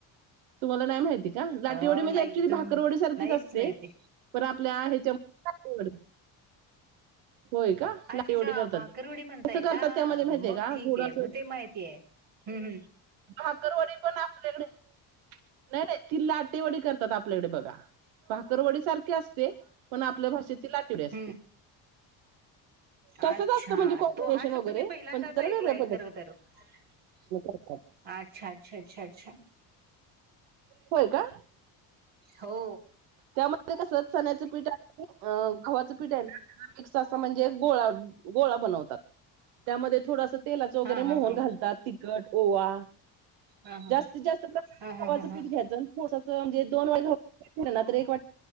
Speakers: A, on the right; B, on the right.
A: तुम्हाला नाही माहिती का लाटेवडी
B: अ
A: म्हणजे
B: नाही
A: एक्च्युली
B: तुम
A: भाकरवडी सारखीच
B: नाहीच
A: असते
B: नाही ते
A: पण आपल्या <unintelligible> लाटेवडी
B: अच्छा अच्छा
A: करतात.
B: भाकर वडी म्हणताय
A: कसं करतात
B: का
A: त्यामध्ये माहितीये
B: मग
A: का
B: ठीक
A: थोडस
B: आहे मग ते माहितीय हम्म हम्म
A: भाकरवडी पण आपल्याकडे नाही नाही ती लाटेवडी करतात आपल्याकडे बघा भाकरवडी सारखे असते पण आपल्या भाषेत त लाटेवडी असते
B: हम्म
A: तसंच
B: अच्छा
A: असतं म्हणजे कॉम्बिनेशन
B: तो हा शब्द
A: वगैरे
B: मी पहिल्यांदाच
A: पण जरा
B: ऐकलाय
A: वेगळ्या पद्धतीने
B: खर तर अच्छा
A: करतात
B: अच्छा अच्छा अच्छा
A: होय का
B: हो
A: ते कस चण्याचं पीठ आहे गव्हाचं पीठ आहे ना मिक्स अस म्हणजे गोळा गोळा बनवतात त्यामध्ये थोडस तेलाचं वगैरे
B: हा हा
A: मोहन
B: हा
A: घालतात तिखट ओवा
B: हा हा
A: जास्तीत जास्त प्रमाणात
B: हा हा
A: गव्हावाचं
B: हा हा
A: पीठ घ्यायंच <inaudible> ठोसाचं म्हणजे दोन वा ना तर एक वाट